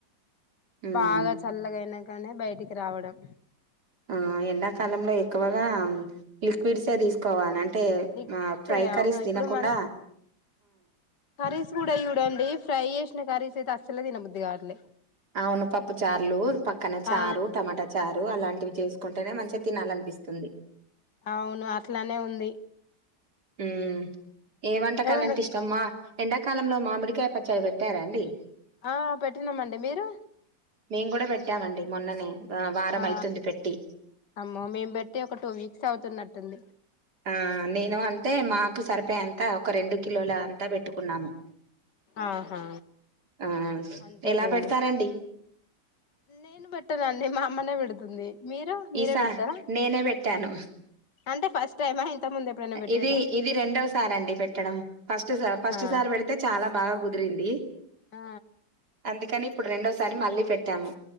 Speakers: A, on the right (about 60°); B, on the left (about 65°).
A: ఉమ్
B: బాగా చల్లగాయినాక నే బయటికి రావడం
A: ఆ ఎండాకాలంలో ఎక్కువగా లిక్విడ్స్ ఏ తీసు కోవాలి అంటే
B: లిక్విడ్సే
A: ఆ ఫ్రై కర్రీస్
B: అవును
A: తినకుండా
B: ఇప్పుడు మన కర్రీస్ కూడా చూడండి ఫ్రై చేసిన కర్రీస్ అయితే అసలే తినబుద్ది కావట్లే
A: అవును పప్పు చార్లు పక్కన చారు
B: ఆ
A: టమాటా చారు అలాంటివి చేసుకుంటేనే మంచిగా తినాలనిపిస్తుంది
B: అవును అట్లానే ఉంది
A: ఉమ్మ్ ఏ వంటకాలంటే
B: ఏమన్నా
A: ఇష్టం మా ఎండాకాలంలో మామిడికాయ పచ్చడ్లు పెట్టారాండి
B: ఆ పెట్టినామండి మీరు
A: మేము కూడా పెట్టామండి మొన్ననే ఆహ్, వారం
B: ఆ
A: అయితుంది పెట్టి
B: అమ్మో మేము పెట్టి ఒక టూ వీక్స్ అవుతున్నట్టుంది
A: ఆ నేను అంటే మాకు సరిపోయేంత ఒక రెండు కిలోలు అంతా పెట్టుకున్నాము
B: ఆహా
A: ఆ
B: అంతేలేండి
A: ఎలా పెడతారండి
B: నేను పెట్టనండి మా అమ్మనే పెడుతుంది మీరు మీరే
A: ఈసారి
B: పెడతారా
A: నేనే పెట్టాను
B: అంటే ఫస్ట్ టైమా ఇంత ముందు ఎప్పుడైనా పెట్టిర్రా
A: ఇది ఇది రెండోవ సారి అండి పెట్టడం ఫస్ట్ సార్
B: ఆహా
A: ఫస్ట్ సారి పెడితే చాలా బాగా కుదిరింది
B: ఆ
A: అందుకని ఇప్పుడు రెండోసారి మళ్ళీ పెట్టాము